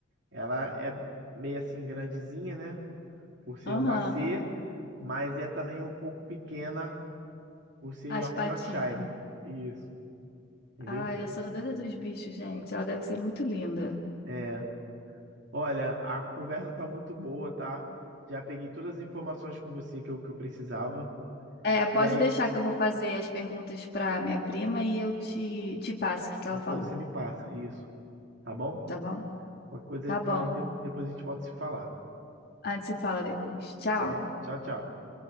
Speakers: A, on the right; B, on the left.
A: Ela é meio assim grandezinha, né? Por ser
B: Aham,
A: um Bassê, mas é também um pouco pequena por ser York-
B: As patinhas.
A: Yorkshire. Isso, entendeu?
B: Ai, eu sou doida dos bichos, gente. Ela deve ser muito linda.
A: É. Olha, a conversa tá muito boa, tá? Já peguei todas as informações com você que eu, que eu precisava.
B: É, pode
A: E aí,
B: deixar que eu vou fazer as perguntas para minha prima e eu te, te passo o que que
A: qualquer
B: ela falou,
A: coisa você me passa, isso, tá bom?
B: tá bom?
A: Qualquer coisa,
B: Tá
A: então,
B: bom.
A: a gente, depois a gente volta a se falar,
B: Antes você fala depois. Tchau.
A: tá bom? Tchau, tchau.